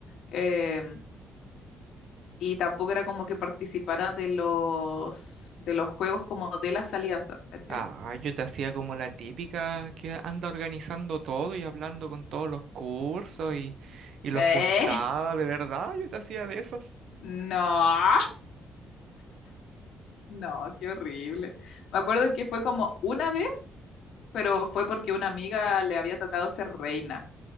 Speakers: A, on the left; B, on the right.
A: Em, y tampoco era como que participara de los, de los juegos como de las alianzas, ¿cachai?
B: Ah, yo te hacía como la típica que anda organizando todo y hablando con todos los cursos y, y los
A: Eh,
B: juntaba, de verdad, yo te hacía de esas.
A: no. No, qué horrible. Me acuerdo que fue como una vez, pero fue porque una amiga le había tocado ser reina.